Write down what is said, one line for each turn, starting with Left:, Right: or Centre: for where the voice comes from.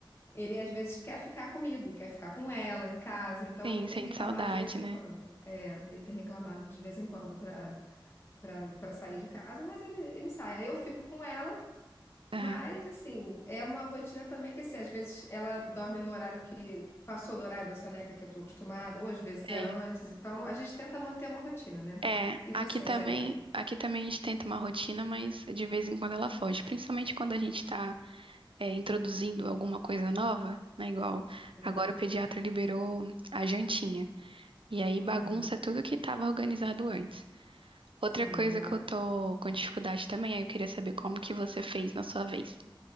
Left: ele às vezes quer ficar comigo, quer ficar com ela em casa, então
Right: Sim,
Left: ele tem
Right: sente
Left: reclamado
Right: saudade,
Left: de vez em
Right: né?
Left: quando. É, ele tem reclamado de vez em quando para para para sair de casa, mas ele, ele sai. Aí eu fico com ela.
Right: Aham,
Left: Mas, assim, é uma rotina também que, assim, às vezes ela dorme no horário que passou do horário da soneca que eu tô acostumada, ou às vezes
Right: tem.
Left: é antes. Então, a gente tenta manter uma rotina, né?
Right: É,
Left: E
Right: aqui
Left: vocês
Right: também,
Left: aí?
Right: aqui também a gente tenta uma rotina, mas de vez em quando ela foge, principalmente quando a gente está introduzindo alguma coisa nova, né? Igual
Left: Hum,
Right: agora o pediatra liberou a jantinha. E aí bagunça
Left: Uhum.
Right: tudo que estava organizado antes. Outra
Left: Sim,
Right: coisa
Left: na...
Right: que eu tô com dificuldade também, aí eu queria saber como que você fez na sua vez.